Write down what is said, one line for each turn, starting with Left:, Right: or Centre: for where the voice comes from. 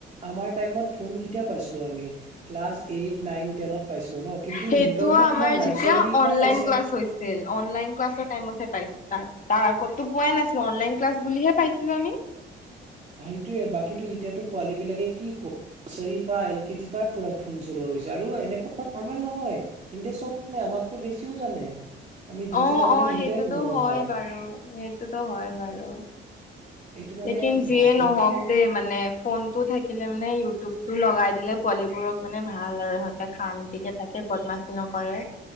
Right: আমাৰ টাইমত ফোন কেতিয়া পাইছিলো আমি। ক্লাছ এইট নাইন তেনত পাইছিলো ন কিন্তুি
Left: সেইটো
Right: সিহঁতৰটো
Left: আমাৰ
Right: তোমাৰ নাৰ্চাৰী
Left: যেতিয়া অনলাইন
Right: পৰা পাইছে।
Left: ক্লাছ হৈছিল অনলাইন ক্লাছৰ টাইমত হে পাইছো তাৰ তাৰ আগতো পোৱাই নাছিলো অনলাইন ক্লাছ বুলিহে। পাইছিলো আমি
Right: সেইটোৱে বাকীটো এতিয়াতো পোৱালী বিলাকে কি ক। নাৰ্চাৰী পৰা এল কে জি পৰা পুৰা ফোন চলোৱা হৈছে আৰু এনেকুৱা নৰ্মেল নহয় কিন্তে চব। অমাতকৈ বেছিও জানে। আমি যি
Left: অহ
Right: যি নাজানো
Left: অহ
Right: সিহতে
Left: সেইটোতো
Right: গম
Left: হয়
Right: পায়
Left: বাৰু সেইটোতো হয় বাৰু।
Right: এইটো মানে
Left: লেকিন যিয়ে
Right: ভা-
Left: নহক
Right: এইটো
Left: দেই মানে ফোনতটো থাকিলে মানে ইউটিউবতটো লগাই দিলে পোৱালিবোৰক। মানে ভাল আৰু সিহঁতে শান্তিকে থাকে বদমাচি নকৰে।